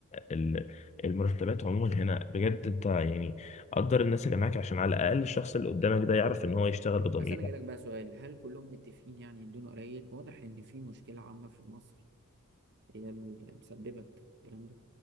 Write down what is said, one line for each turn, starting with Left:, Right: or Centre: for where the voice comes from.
Left: ال... المرتبات عموما هنا بجد انت يعني قدر الناس اللي معاك عشان على الاقل الشخص اللي قدامك ده يعرف ان هو يشتغل بضمير
Right: بس انا جايلك بقى سؤال هل كلهم متفقين يعني يدونا قليل واضح ان في مشكله عامه في مصر هي اللي مسببه الكلام ده